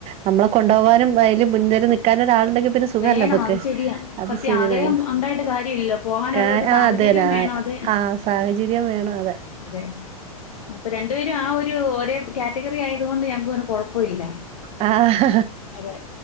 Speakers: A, on the right; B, on the left.
A: നമ്മളെ കൊണ്ടോവാനും അതില് മുന്നിൽ നിക്കാന് ഒരാളുണ്ടെങ്കി പിന്നെ സുഖല്ലെ
B: വേണം
A: നമ്മക്ക്
B: അത് ശരിയാ
A: അത്
B: സത്യം
A: ശരിയ
B: ആഗ്രഹം
A: നമു
B: ഉണ്ടായിട്ട് കാര്യമില്ലല്ലോ പോകാനുള്ള
A: ക്കാ
B: ഒരു
A: ആഹ്
B: സാഹചര്യം
A: അതെല്ലേ
B: വേണം അത്
A: ആഹ് സാഹചര്യം വേണം അതെ
B: അതെ അപ്പൊ രണ്ടു പേരും ആ ഒരു ഒരേ കാറ്റഗറി ആയതുകൊണ്ട് ഞമക്കു പിന്നെ കൊ പ്പുല്ല
A: ആഹ്
B: അതെ